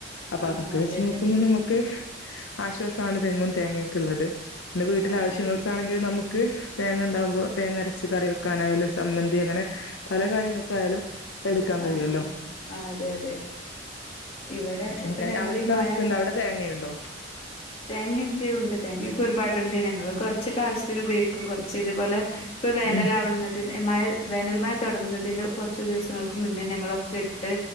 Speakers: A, on the left; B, on the left.
A: അപ്പൊ
B: ആഹ്
A: അതൊക്കെ
B: ആഹ് അതെ
A: വെച്ച്
B: അതെ
A: നോക്കുമ്പോ നമുക്ക് ആശ്വാസണ് തെങ്ങും തേങ്ങൊക്കെ ള്ളത് ഇനി വീട്ടില്
B: ആഹ്
A: ആശ്യങ്ങൾക്കാണെങ്കിലും
B: ആഹ്
A: നമു ക്ക് തേങ്ങ ഉണ്ടാകുമ്പോ തേങ്ങ അരച്ച് കറി വെക്കാനായാലും സമ്മന്തി അങ്ങനെ പല കാര്യങ്ങൾക്കായാലും എടുക്കാൻ കഴിയുമല്ലോ
B: ആഹ് ആഹ് അഹ് അതെ അതെ ഇവിടെ ഇപ്പൊ
A: അങ്ങനെ
B: ഞങ്ങളീ
A: അവിടുത്തെ
B: മഴ
A: അവസ്ഥ എന്താ അവിടെ തേങ്ങയുണ്ടോ?
B: തേങ്ങൊക്കെ ഉണ്ട് തേങ്ങൊക്കെ ഒരുപാടുണ്ട് ഞങ്ങള് കൊറച്ചൊക്കെ ആവശ്യത്തിന് ഉപയോഗിക്കും കുറച്ച് ഇതുപോലെ ഇപ്പൾ വേനലാവുന്നതിന്
A: ഉം
B: മ വേനലൽ മ തുടങ്ങുന്നതിന്റെ കുറച്ച് ദിവസങ്ങൾക്ക് മുന്നേ ങ്ങളൊക്കെ ഇട്ട്